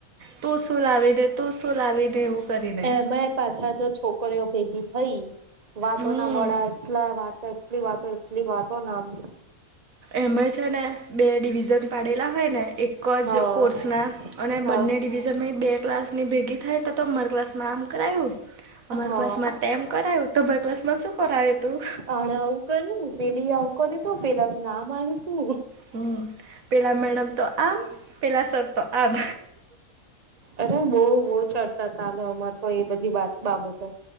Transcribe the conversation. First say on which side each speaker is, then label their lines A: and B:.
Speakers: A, on the right; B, on the right.
A: તું શું લાવી ને તું શું લાવીને એવું. કરીને
B: એમાં પાછા જો છોકરીઓ ભેગી થઈ વાતો
A: હમ
B: ના વડા એટલા વાત એટલી વાતો એટલી વાતો ને આમ
A: એમાં છે ને બે ડિવિઝન પાડેલા હોય ને એક
B: હા
A: જે કોર્સના અને
B: હા
A: બંને ડિ -વિઝનમાં એ બે ક્લાસ ની ભેગી થાયને તો અમારા ક્લાસમાં આમ કરાયવુ અમારા
B: હા
A: ક્લાસમાં તેમ કરાવ્યું તમારા ક્લાસમાં શું કરાવ્યું હતું?
B: આળ <unintelligible> કરી પેલીએ આવું કર્યું હતું પેલાનું નામ આવ્યુ હતું.
A: હમ પેલા મેડમ તો આમ પેલા સર તો આમ.
B: અરે બોવ બોવ ચર્ચા ચાલે અમારે તો એ બધી વાત બાબતે-